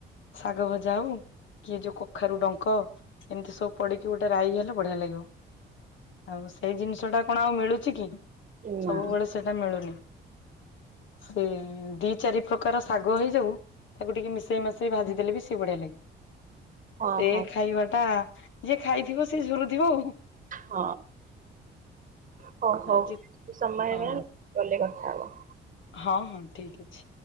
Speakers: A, on the left (about 75°); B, on the right (about 40°).
A: ଶାଗ ଭଜା ହଉ କିଏ ଯୋଉ କଖାରୁ ଡଙ୍କ ଏମିତି ସବୁ ପଡିକି ଗୋଟେ ରାଇ ହେଲେ ବଢିଆ ଲାଗିବ ଆଉ ସେଇ ଜିନିଷ ଟା କଣ ଆଉ ମିଳ ମି କି ସବୁବେଳେ
B: ନା।
A: ସେଟା ମିଳୁନି ସେ ଦିଇ ଚାରି ପ୍ରକାର ଶାଗ ହେଇଯାଉ ତାକୁ ଟିକେ ମିଶେଇ ମାସେଇ ଭାଜି ଦେେଲେ ବି ସେିଏ ବଢ଼ିଆ ଲାଗେ
B: ହଁ
A: ସେ
B: ହଁ
A: ଖାଇବା ଟା ଯିଏ ଖାଇଥିବ ସେିଏ ଝୁରୁଥିବ ଆଉ
B: ହଁ ହ ହଉ
A: ଆଉ ଯିଏ
B: ସମୟ ହେଇଗଲା
A: ହଁ
B: ଗଲେ କଥା ଖ
A: ହଁ ହଁ ଠିକ ଅଛି